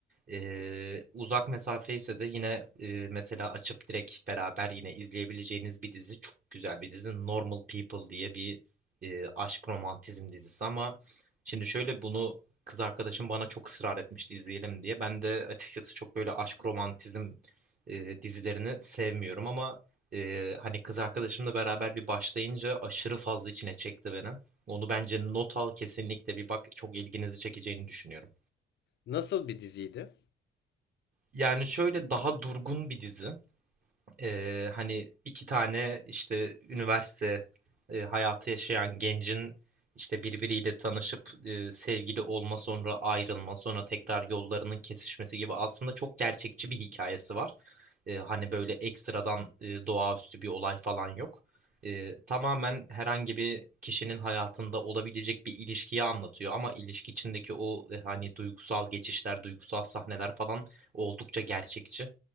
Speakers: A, on the right; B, on the left.
A: Ee, uzak mesafe ise de yine e, mesela açıp direkt beraber yine izleyebileceğiniz bir dizi. Çok güzel bir dizi. Normal People diye bir e, aşk romantizm dizisi ama şimdi şöyle bunu kız arkadaşım bana çok ısrar etmişti izleyelim diye. Ben de açıkçası çok böyle aşk romantizm e, dizilerini sevmiyorum ama e, hani kız arkadaşımla beraber bir başlayınca aşırı fazla içine çekti beni. Onu bence not al kesinlikle bir bak çok ilginizi çekeceğini düşünüyorum.
B: Nasıl bir diziydi?
A: Yani şöyle daha durgun bir dizi. Ee, hani iki tane işte üniversite e, hayatı yaşayan gencin işte birbiriyle tanışıp e, sevgili olma sonra ayrılma sonra tekrar yollarının kesişmesi gibi aslında çok gerçekçi bir hikayesi var. Ee, hani böyle ekstradan e, doğaüstü bir olay falan yok. Ee, tamamen herhangi bir kişinin hayatında olabilecek bir ilişkiyi anlatıyor ama ilişki içindeki o e, hani duygusal geçişler, duygusal sahneler falan oldukça gerçekçi